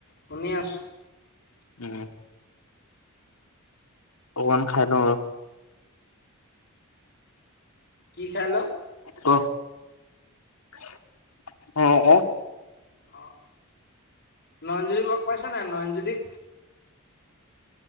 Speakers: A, on the left; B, on the left.
A: শুনি আছোঁ।
B: উম! অকনমান খাই লওঁ ৰ।
A: কি খাই‌ ল?
B: ক <inaudible> আহ ক?
A: আহ নয়নজ্যোতিক লগ পাইছা নাই, নয়নজ্যোতিক?